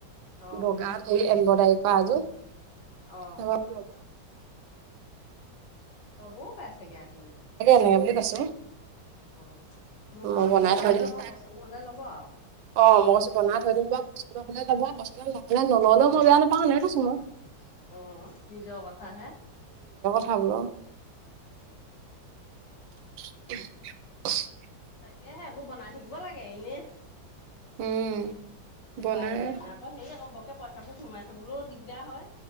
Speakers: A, on the left; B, on the right.
A: অ',
B: বগা এমবদাই কৰাজোৰ।
A: অ'। ত বহত পাইচাক আহ
B: তেনে বুলি ক আছো।
A: অ', মোৰ ভাগৰযোৰ
B: মই বনাই
A: চাই
B: থৈ দিম
A: ল'ব পচন্দ হলে ল'ব আৰু।
B: অ, মই কৈছো বনাই থৈ দিম ব পচন্দ হ'লে ল'ব পচন্দ নহ'লে নল'লে মই বেয়া নাপাওঁ মানে এনেই কৈছো মই
A: অ নিজৰ কথা হে
B: ভাল ন
A: উম
B: <inaudible>
A: তাকেহে এইবোৰ বনাই থাকিব লাগে এনেই
B: উম, বনাই
A: পাৰিলে মানে আকৌ হে আকৌ বকে পইচা বোৰ সোমাই থাবলৈও দিগদাৰ হয়